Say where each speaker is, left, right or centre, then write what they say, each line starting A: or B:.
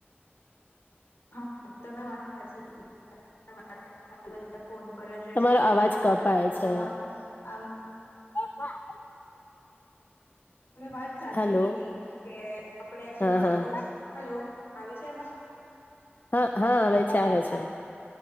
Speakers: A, on the left; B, on the left.
A: હા તમે વાત સાચી કિંધી <unintelligible> બધા ફોન પર જ રહે
B: તમારો
A: છે કોઈ
B: અવાજ
A: બાર
B: કપાય
A: રમવા
B: છે
A: જવાનું આમ
B: <unintelligible>
A: મે વાત સાચી
B: હલો
A: કીધી કે આપડે જે
B: હા
A: બાળકો
B: હા
A: છે હલો આવે છે અવાજ?
B: હા હા આવે છે આવે છે.